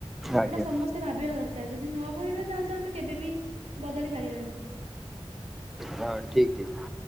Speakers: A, in the centre; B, on the right (about 80°).
A: ଆଜ୍ଞା
B: ଏଟା ସମସ୍ତେ ତେ ଭାବିବା ଦରକାର ଯଦି ନ ଭାବିବା ତାହେଲେ ଆମେ କେବେ ବିି ବଦଳି ପାରିବାନି।
A: ହଁ ଠିକ୍ ଠିକ।